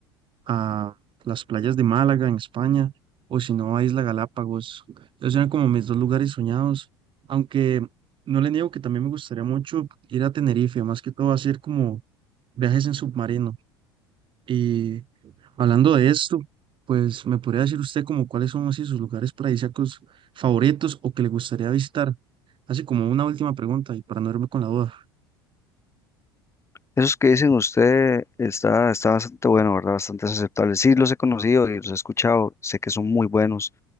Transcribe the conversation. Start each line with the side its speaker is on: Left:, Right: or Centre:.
Right: a las playas de Málaga en España o si no a Isla Galápagos. Esos eran como mis dos lugares soñados, aunque no le niego que también me gustaría mucho ir a Tenerife, más que todo hacer como viajes en submarino. Y hablando de esto, pues me podría decir usted como cuáles son así sus lugares paradisíacos favoritos o que le gustaría visitar. Así como una última pregunta y para no irme con la duda.
Left: Esos que dicen usted está, está bastante bueno, ¿verdad? Bastante aceptable. Sí, los he conocido y los he escuchado, sé que son muy buenos.